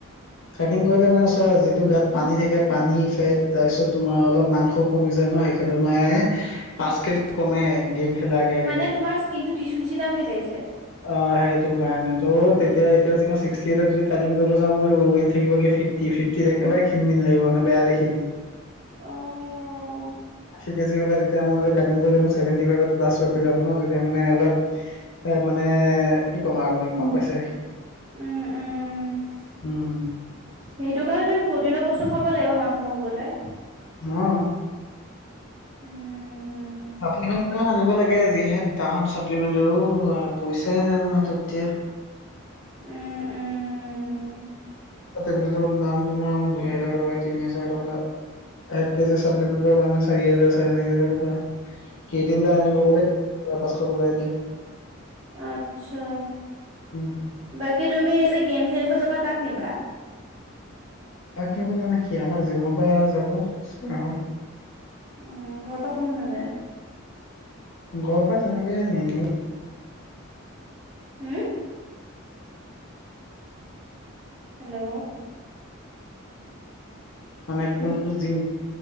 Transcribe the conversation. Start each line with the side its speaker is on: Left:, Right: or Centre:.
Left: কাটিং কৰিলে- মানে চোৱা যিটো গাত পানী থাকে পানী ফেট তাৰপিছত তোমাৰ অলপ মাংসও কমি যায় ন' সেই ক্ষেত্ৰত মানে- পাঁচ কেজি কমে। খেলাৰ আগে আগে
Right: মানে তোমাৰ স্কিন টো টিচু নিচিনা হৈ যায় যে।
Left: অঁ সেইটো কাৰণে। ত' তেতিয়া এতিয়া জদি মই ছিক্সটি এইট'ত জদি মই কাটিং কৰিবলৈ যাও- ফিফটি ফিফটিত একেবাৰে খিনমিন লাগিব মানে বেয়া দেখিব।
Right: অঁ।
Left: যেতিয়া মই কাটিং কৰিলে ছেভেটি ফাইত প্লাছ ৰখি যাব ন' তেতিয়া মানে অলপ - মানে কি ক'ম আৰু তোমাক গম পাইছাই।
Right: উমঁ উমঁ।
Left: উম
Right: সেইটো কাৰণে তুমি প্ৰটিনৰ বস্তু খাব- লাগিব মাংস হবলে।
Left: অঁ।
Right: উমঁ।
Left: চাপ্লিমেণ্টখনো আনিব লাগে যিহে দাম চাপ্লিমেণ্টৰো পইচাই নাই নহয় হাত'ত এতিয়া।
Right: উমঁ উমঁ।
Left: চাপ্লিমেণ্ট দাম তোমাৰ দুহেজাৰ টকা, তিনি হাজাৰ টকা। এক কেজি চাপ্লিমেণ্টৰ দাম চাৰি হাজাৰ, চাৰে চাৰি হাজাৰ টকা। কে টেএম এটা আনিব গ'লে পাছশ টকা এতিয়া
Right: আচ্ছা।
Left: উম
Right: বাকী তুমি যে গেম- খেলিব যাব কা'ক নিবা?
Left: কাক নিব মানে কি আমাৰ জিমৰ পৰা যাব চাৰহত।
Right: উম ঘৰৰ পৰা কোনো নাযায়?
Left: ঘৰৰ পৰা তেনেকে নিনো।
Right: হম- হেল্ল'
Left: মানে কোনটো জিম